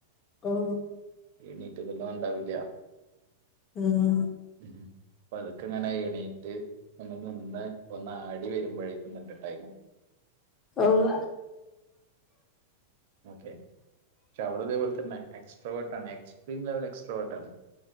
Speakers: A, on the left; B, on the right.
A: ഓഹ്
B: എണീറ്റ്തന്നെ ഉണ്ടാവില്ല
A: ഉം
B: ഉം പതുക്കെ ഞാൻ എണീറ്റ് ഒന്ന് നിന്ന് ഒന്നാടി വരുമ്പോഴേക്കും ഇന്നത്തെ ടൈം
A: ഓഹ്
B: ഓക്കെ പക്ഷ അവളും ഇതേപോല തന്നെ എസ്ട്രോവർട്ടാണ് എക്സ്ട്രീ ലവൽ എക്സ്ട്രോ വർട്ടാണ്